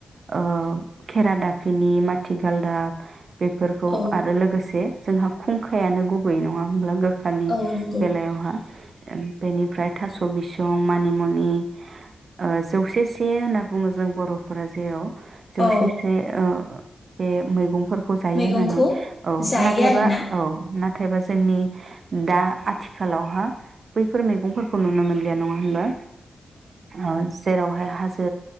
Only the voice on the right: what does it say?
ओ खेरा दाफिनि माथि गालदाब बेफोरखौ
आरो लोगोसे जोंहा खुंखायानो गुबै नङा होमब्ला गो खानि
बेलायावहा बेनिफ्राय थास' बिसं मानिमुनि ओ जौसे से होनना बुङो जों बर'फोरा जेराव जौसे
से ओ बे मैगं फोर खौ जायो
होननानै औ
नाथायबा
औ ना थायबा जोंनि दा आथिखालावहा बैफोर मैगं फोर खौ नुनो मोनलिया नङा होनबा? औ जेरावहाय हाजो